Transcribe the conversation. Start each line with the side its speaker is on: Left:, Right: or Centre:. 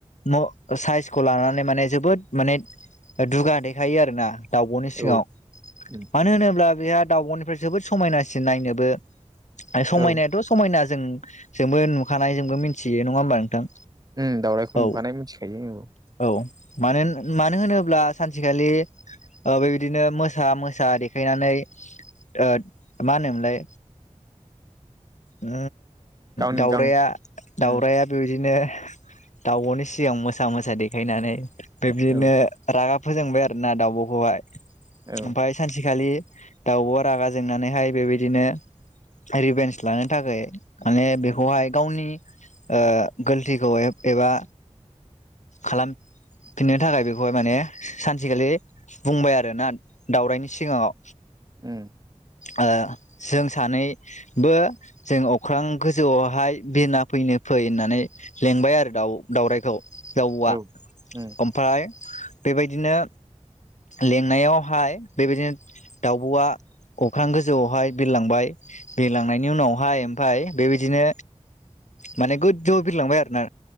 Left: म साइसखौ लानानै माने जोबोद माने ओ दुगा देखायो आरो ना। दाउब'नि सिङाव
Right: औ उम
Left: मानो होनोब्ला बेहा दाउब'निफ्राय जोबोद समायनासिन नायनोबो। समायनायाथ'
Right: औ
Left: समायना जों जोंबो नुखानाय जोंबो मिथियो नङा होमबा नोंथां।
Right: ओम दावउरायखौ
Left: औ
Right: नुखानाय मिथिखायो औ।
Left: औ मानो मानो होनोब्ला सानसेखालि ओ बेबायदिनो मोसा मोसा देखायनानै ओ मा होनोमोनलाय ओ
Right: गावनि
Left: दाउराइया
Right: गां उम
Left: दाउराइया बेबादिनो दाउब'नि सिगां मोसा मोसा देखायनानै बेब्दिनो
Right: औ
Left: रागा फोजोंबाय आरो ना दाउब'खौहाय।
Right: औ
Left: ओमफ्राय सानसेखालि दाउब'वा रागा जोंनानैहाय बेबायदिनो रिभेन्स लानो थाखाय माने बेखौहाय गावनि ओ गोलतिखौ हाय एबा खालाम फिननो थाखाय बेखौहाय माने सानसेखालि बुंबाय आरोना दावरायनि सिगाङाव
Right: उम।
Left: ओ जों सानैबो जों अख्रां गोजौआवहाय बिरना फैनो फै होननानै लेंबाय आरो दाउ-दाउराइखौ दाउब'आ
Right: औ उम
Left: ओम फ्राय बेबायदिनो लेंनायावहाय बेबायदिनो दाउब'आ अख्रां गोजौआवहाय बिरलांबाय बिरलांनायनि उनावहाय ओमफाय बेबायदिनो माने गोजौआव बिरलांबाय आरोना